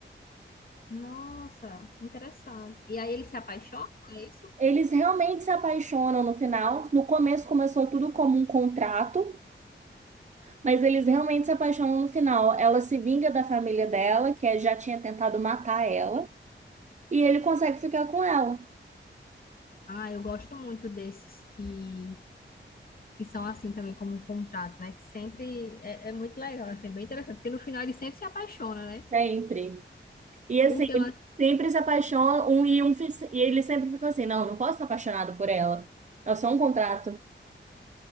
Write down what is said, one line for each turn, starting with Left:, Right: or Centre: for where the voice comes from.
Left: Nossa, interessante. E aí eles se apaixonam, é isso?
Right: Eles realmente se apaixonam no final. No começo começou tudo como um contrato, mas eles realmente se apaixonam no final. Ela se vinga da família dela, que já tinha tentado matar ela, e ele consegue ficar com ela
Left: Ah, eu gosto muito desses que, que são assim também, como um contrato, né? Que sempre é, é muito legal, assim, bem interessante, porque no final eles sempre se apaixonam, né?
Right: sempre. E assim,
Left: Um que eu
Right: ele sempre se apaixona, um e um fi- e ele sempre fica assim, não, não posso estar apaixonado por ela. É só um contrato.